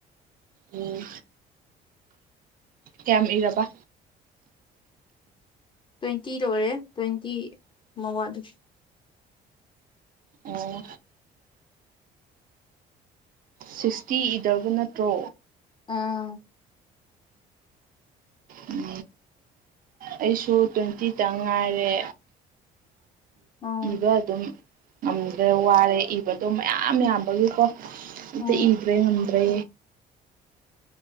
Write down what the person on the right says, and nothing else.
ꯎꯝ ꯀꯌꯥꯝ ꯏꯔꯕꯥ
ꯑꯣ ꯁꯤꯛꯁꯇꯤ ꯏꯗꯕ ꯅꯠꯇ꯭ꯔꯣ
ꯎꯝ ꯑꯩꯁꯨ ꯇ꯭ꯋꯦꯟꯇꯤꯗ ꯉꯥꯏꯔꯦ
ꯏꯕ ꯑꯗꯨꯝ ꯉꯝꯗ꯭ꯔꯦ ꯋꯥꯔꯦ ꯏꯕꯗꯣ ꯃꯌꯥꯝ ꯌꯥꯝꯕꯒꯤꯀꯣ ꯑꯝꯇ
ꯏꯗ꯭ꯔꯦ ꯉꯝꯗ꯭ꯔꯦ